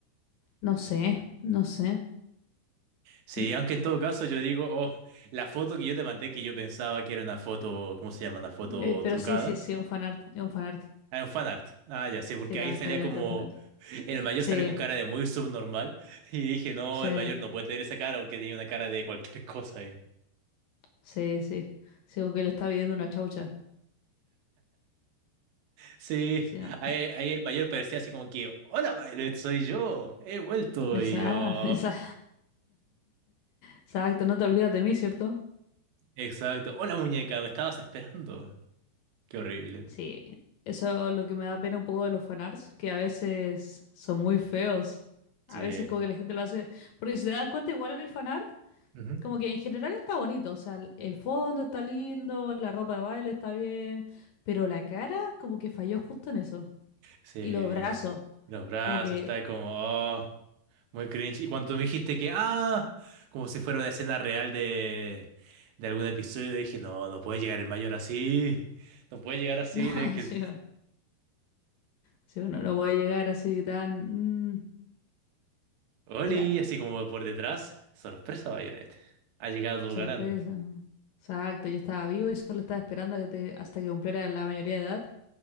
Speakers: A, on the left; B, on the right.
A: no sé, no sé.
B: Sí,
A: Mm,
B: aunque en todo caso yo digo, oh, la foto que yo te mandé que yo pensaba que era una foto, ¿cómo se llama? Una foto
A: eh, pero
B: trucada.
A: sí, sí, sí, es un fanart, es un fanart.
B: Ah, un fanart. Ah, ya sí, porque
A: Sí, lamentablemente
B: ahí salía como,
A: es un fanart.
B: el mayor
A: Sí,
B: sale con cara de muy subnormal. <laughs> Y dije, no,
A: sí.
B: el mayor no puede tener esa cara porque tenía una cara de cualquier cosa ahí.
A: Sí, sí. Sigo que le está pidiendo una chaucha.
B: Sí,
A: Sí, no.
B: ahí, ahí el mayor parecía así como que, hola, Violet, soy yo, he vuelto
A: Esa,
B: y yo.
A: <laughs> esa, exacto, no te olvidas de mí, ¿cierto?
B: Exacto. Hola muñeca, me estabas esperando. Qué horrible.
A: Sí. Eso es lo que me da pena un poco de los fanarts, que a veces son muy feos. A
B: Sí,
A: veces como que la gente lo hace. Porque si te das cuenta, igual el fanart,
B: Ujú.
A: como que en general está bonito. O sea, el el fondo está lindo, la ropa de baile está bien. Pero la cara, como que falló justo en eso.
B: Sí.
A: Y los brazos,
B: Los brazos,
A: como que.
B: está
A: <laughs>
B: como, oh, muy cringe. Y cuando me dijiste que, ah, como si fuera una escena real de, de algún episodio, dije, no, no puede llegar el mayor así. No puede llegar así
A: No,
B: de que...
A: sí, no, sí, uno no puede llegar así tan. mm,
B: Oli,
A: pero
B: así como por detrás. Sorpresa, Violet. Ha llegado tu
A: Sorpresa.
B: galán.
A: Exacto, yo estaba vivo y solo estaba esperando a que te, hasta que cumpliera la mayoría de edad.